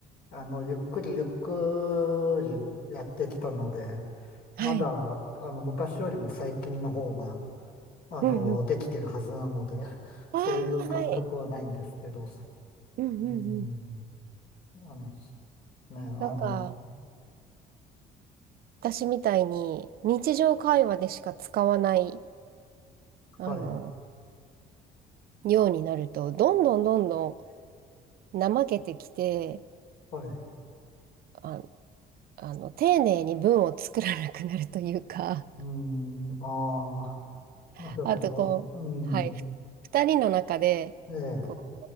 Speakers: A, on the left; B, on the right.
A: あの、ゆっくりゆっくりやってきたので、まだ、
B: はい。
A: あの、昔よりも最近の方が、あの、
B: うんうん。
A: できてるはずなので、<laughs> そういう感覚はないんですけど、
B: ああ、はい。うんうんうん。
A: うん、あの、ね、
B: なんか、
A: あの、
B: 私みたいに、日常会話でしか使わない、あの、
A: はい、
B: ようになると、どんどんどんどん怠けてきて、
A: はい、う
B: あ、あの、丁寧に文を作らなくなるというか、
A: ん、あ
B: <laughs>
A: あ、なるほど、
B: あとこう、
A: うん、
B: はい、ふ二人の中で、
A: ええ、
B: こ